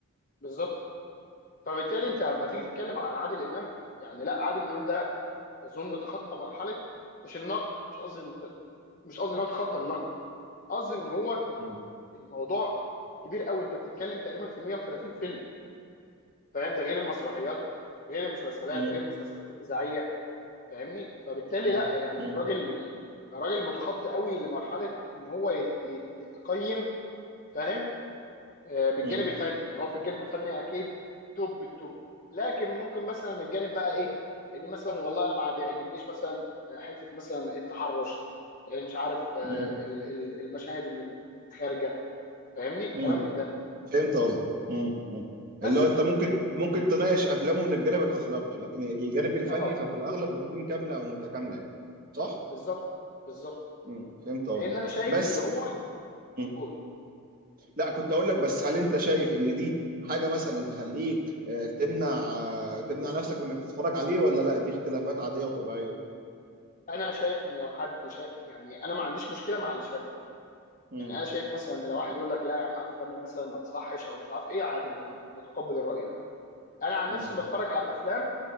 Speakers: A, on the left; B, on the right.
A: بالظبط فبالتالي انت لما تيجي تتكلم عن عادل امام يعني لا عادل امام ده اظن تخطى مرحله مش النقد مش قصدي إن- مش قصدي ان هو تخطى النقد قصدي ان هو
B: م-
A: الموضوع كبير قوي انت بتتكلم تقريبا في 130 فيلم فاهم ده غير المسرحيات غير المسلسلات
B: م-
A: غير المسلسلات الاذاعيه فاهمني فبالتالي
B: م-
A: لا يعني
B: م-
A: الراجل الراجل متخطي قوي لمرحله ان هو ي- يت- يتقيم فاهم آه، من الجانب
B: م-
A: الفني هو في الجانب الفني اكيد توب التوب لكن ممكن مثلا من الجانب بقى ايه ان مثلا والله انا ما بيعجبنيش مثلا آه، حته مثلا التحرش آه، مش عارف آه،
B: م-
A: ال- ال- المشاهد اللي خارجه فاهمني كلام
B: م-
A: من ده
B: فهمت قصدك مم. مم.
A: بس
B: اللي هو انت ممكن ممكن تناقش افلامه من الجانب الاخلاقي لكن الجانب الفني
A: اه
B: ففي الاغلب بتكون كامله او متكامله يعني صح؟
A: بالظبط بالظبط
B: مم. فهمت قصدك
A: لان انا شايف
B: بس
A: ان هو
B: مم.
A: قول.
B: لا كنت اقول لك بس هل انت شايف ان دي حاجه مثلا تخليك آه، تمنع آه، تمنع نفسك من انك تتفرج عليه ولا لا دي اختلافات عاديه وطبيعيه؟
A: انا شايف ان لو حد شا... يعني انا ما عنديش مشكله مع اللي شايفه
B: مم.
A: يعني انا شايف مثلا ان لو واحد يقول لك لا يا عم افلامه مثلا ما تصحش او مش عارف ايه عادي انا متقبل الراي ده انا عن
B: مم.
A: نفسي بتفرج على الافلام